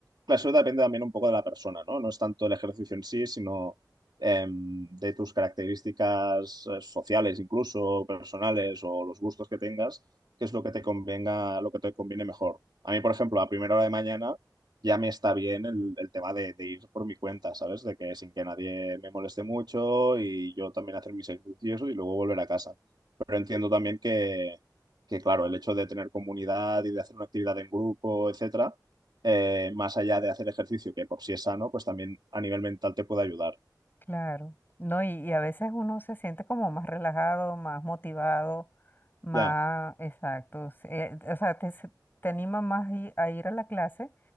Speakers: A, on the right (about 70°); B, on the left (about 25°).
A: eso depende también un poco de la persona, ¿no? No es tanto el ejercicio en sí, sino eh, de tus características eh, sociales, incluso personales o los gustos que tengas, qué es lo que te convenga, lo que te conviene mejor. A mí, por ejemplo, a primera hora de mañana ya me está bien el, el tema de, de ir por mi cuenta, ¿sabes? De que sin que nadie me moleste mucho y yo también hacer mis ejercicios y luego volver a casa. Pero entiendo también que, que claro, el hecho de tener comunidad y de hacer una actividad en grupo, etcétera, eh, más allá de hacer ejercicio, que por sí es sano, pues también a nivel mental te puede ayudar.
B: Claro, no, y, y a veces uno se siente como más relajado, más motivado, más
A: Ya,
B: exacto. se- eh, o sea, te, se- te anima más i- a ir a la clase